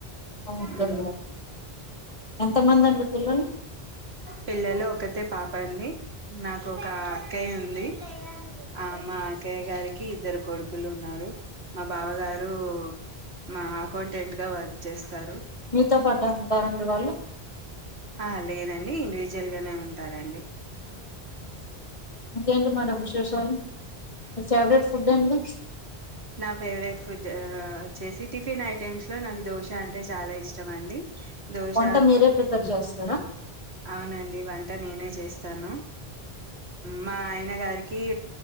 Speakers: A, on the left; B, on the right.
A: ఓకే
B: మ్మ్
A: మేడం ఎంత మంది అండి పిల్లలు
B: పిల్లలు ఒకతే పాప అండి నాకు ఒక అక్కయి ఉంది ఆ మా అక్కయ్య గారికి కి ఇద్దరు కొడుకులు ఉన్నారు మా బావగారు మా అకౌంటెంట్ గా వర్క్ చేస్తారు
A: మీతో పాటే ఉంటారండి వాళ్ళు
B: ఆ లేదండి ఇండివిజువల్గానే ఉంటారండి
A: ఇంకేంటి మేడం విశేషాలు మీ ఫేవరెట్ ఫుడ్ ఏంటి
B: నా ఫేవరెట్ ఫుడ్ వచ్చేసి టిఫిన్ ఐటమ్స్ లో నాకు దోశ అంటే చాలా ఇష్టం అండి దోశ
A: వంట మీరే ప్రిపేర్ చేస్తారా
B: అవునండి వంట నేనే చేస్తాను మా ఆయ నాయన గారికి